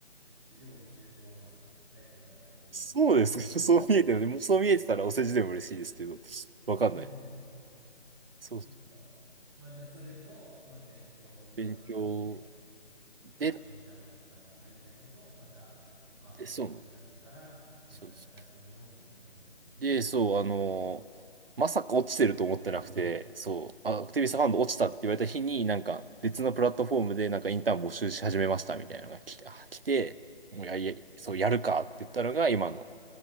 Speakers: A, on the right; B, on the right.
A: し、用意周到なタイプだなっていうのは確かに感じるわ。
B: そうですか。<laughs> そう見えてるね。もうそう見えてたらお世辞でも嬉しいですけど、わかんない。
A: <laughs>
B: そうそう。
A: そっかそっか。まあじゃあそれと、まあ勉強を頑張ってて、
B: 勉強
A: ちょっとインターンの期間は空いたけど、
B: で、
A: また、まあ、
B: でそうなんです。
A: 8月からコンサルをやってみようみたいな感じになったんだ。
B: そうです。で、そう、あのーまさか落ちてると思ってなくて、そう、あアクティビストファンド落ちたって言われた日に、
A: うん
B: なんか別のプラットフォームでなんかインターン募集し始めましたみたいなのが来て、あ来てもうやり、
A: うん
B: そう、やるかって言ったのが今の